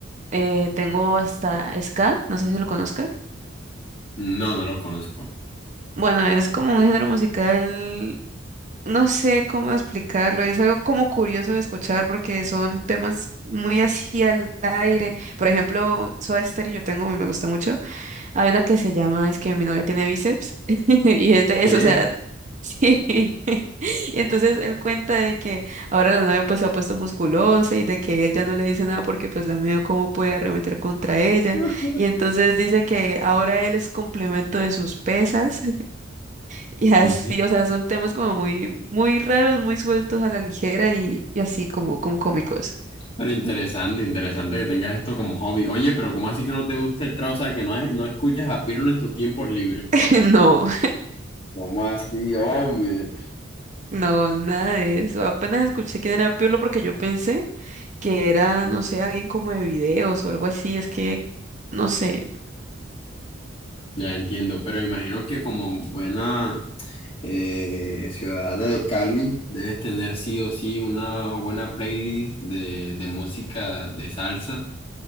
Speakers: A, on the right (about 40°); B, on the left (about 30°).
A: eh, tengo hasta ska, no sé si lo conozcas.
B: No, no los conozco.
A: Bueno, es como un género musical No sé cómo explicarlo, es algo como curioso de escuchar porque son temas muy así al aire. Por ejemplo, Soda Stereo, yo tengo, me gusta mucho. Hay una que se llama, es que mi novia tiene bíceps <laughs> y es de
B: ¿Qué?
A: eso, o sea, sí. <laughs> Y entonces él cuenta de que ahora la novia pues se ha puesto musculosa y de que él ya no le dice nada porque pues la miedo cómo puede arremeter contra ella.
B: <laughs>
A: Y entonces dice que ahora él es complemento de sus pesas y
B: ¿Qué?
A: así, o sea, son temas como muy, muy raros, muy sueltos a la ligera y, y así como, como cómicos.
B: Pero interesante, interesante que tengas esto como hobby. Oye, pero ¿cómo así que no te gusta el trap? O sea, que no, es- no escuchas a Pirlo en tus tiempos libres.
A: <laughs> No,
B: ¿Cómo así, hombre?
A: no, nada de eso. Apenas escuché quién era Pirlo porque yo pensé que era, no sé, alguien como de videos o algo así. Es que, no sé,
B: Ya entiendo, pero imagino que como buena eh, ciudadana de Cali, debes tener sí o sí una buena playlist de, de música de salsa.